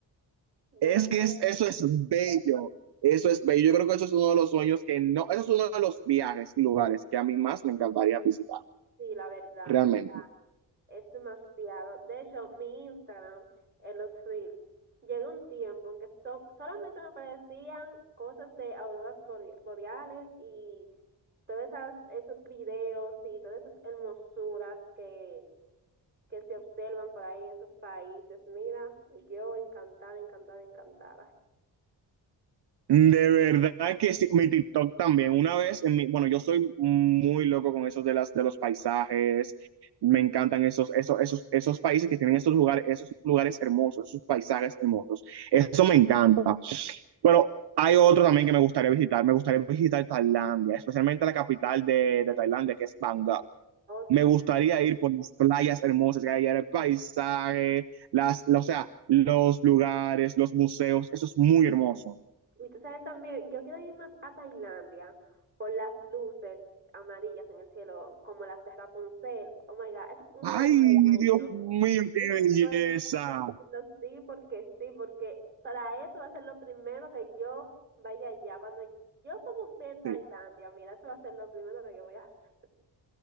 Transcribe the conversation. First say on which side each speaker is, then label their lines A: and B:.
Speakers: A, on the right (about 25°); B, on the right (about 65°).
A: demasiado,
B: Es que es- eso es bello. Eso es bello. Yo creo que eso es uno de los sueños que no, eso es uno de los viajes y lugares que a mí más me encantaría visitar,
A: sí, la verdad.
B: realmente.
A: es demasiado. De hecho, mi Instagram en los Reels llegó un tiempo en que so- solamente me aparecían cosas de auroras bore- boreales y todos esos videos y todas esas hermosuras que, que se observan por ahí en esos países. Mira, y yo encantada, encantada, encantada.
B: De verdad que sí, mi TikTok también. Una vez, en mi, bueno, yo soy muy loco con esos de las de los paisajes. Me encantan esos, esos, esos, esos países que tienen esos lugares, esos lugares hermosos, esos paisajes hermosos. Eso me encanta. Pero hay otro también que me gustaría visitar. Me gustaría visitar Tailandia, especialmente la capital de, de Tailandia, que es Bangkok.
A: Oh,
B: Me
A: sí.
B: gustaría ir por las playas hermosas que hay allá, el paisaje, las, o sea, los lugares, los museos. Eso es muy hermoso.
A: Y tú sabes también, yo quiero ir más a Tailandia por las luces amarillas en el cielo, como las de Rapunzel. Oh my God, ese es uno
B: Ay,
A: de mis sueños.
B: Dios mío, qué
A: Eso fue,
B: belleza.
A: vamos a sí, porque sí, porque para eso va a ser lo primero que yo vaya allá. Cuando yo pongo un pie en Tailandia,
B: Sí.
A: mira, eso va a ser lo primero que yo voy a hacer.